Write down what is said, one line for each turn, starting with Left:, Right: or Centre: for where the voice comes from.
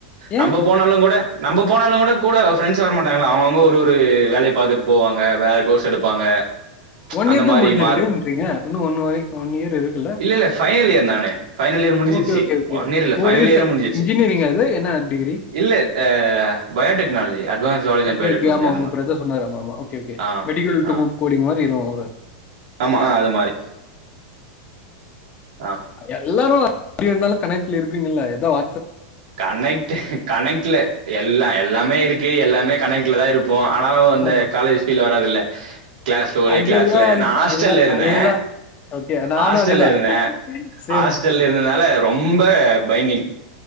Left: ஏ
Right: நம்ப போனாலு கூட நம்ப போனாலு கூட கூட ஃப்ரெண்ட்ஸ் வர மாட்டாங்களா அவுங்க அவுங்க ஒரு ஒரு வேலையை பாத்துட்டு போவாங்க வேற கோர்ஸ் எடுப்பாங்க
Left: ஒன்
Right: அந்த
Left: இயர்தா
Right: மாரி
Left: முடிஞ்சிருக்கு
Right: மாறு
Left: ன்றீங்க இன்னு ஒன்னு ஓய் ஒன் இயர் இருக்குல்ல
Right: இல்ல இல்ல ஃபைனல் இயர் நானு ஃபைனல் இயர் முடிஞ்சிருச்சு
Left: ஒக்கே ஒக்கே ஒகே
Right: ஒன் இயர் இல்ல ஃபைனல்
Left: ஒரு
Right: இயரே
Left: ச
Right: முடிஞ்சிருச்சு
Left: இன்ஜுனீயரிங்க அது என்னா டிகிரி
Right: இல்ல ஆ biotechnology advance zoology and
Left: okay
Right: biotechnology
Left: okay ஆமா
Right: அந்த
Left: உங்க
Right: மாரி
Left: பிரதர் சொன்னாரு ஆமா ஆமா ஒக்கே ஒகே
Right: ஆ
Left: மெடிக்கள் டூ
Right: ஆ
Left: கோடிங் மாரி இதுவும்
Right: ஆமா அது மாரி ஆ
Left: எல்லாமே வர் எப்டி இருந்தாலு கனெட்ல இருப்பீங்கள ஏதா வ
Right: கனெக்ட் கனெக்ட்ல எல்லா எல்லாமே இருக்கு எல்லாமே கனெக்ட் ட்லா தா இருப் போ ஆனாலு அந்த
Left: ஆமா.
Right: காலேஜ் ஃபீல் வராதுல்ல க்ளாஸ்ல ஒரே
Left: அதெல்லாம்
Right: க்ளாஸ்ல
Left: அது
Right: நா
Left: ப
Right: ஹாஸ்ட்டல்லா
Left: எல்லா
Right: இருந்தே
Left: அதேதான். ஓகே. நானும்
Right: ஹாஸ்ட்டல்லா
Left: அதேதான்.
Right: இருந்தே
Left: சேம்.
Right: ஹாஸ்ட்டல்லா இருந்தாதால ரொம்ப பைண்டிங் <unintelligible>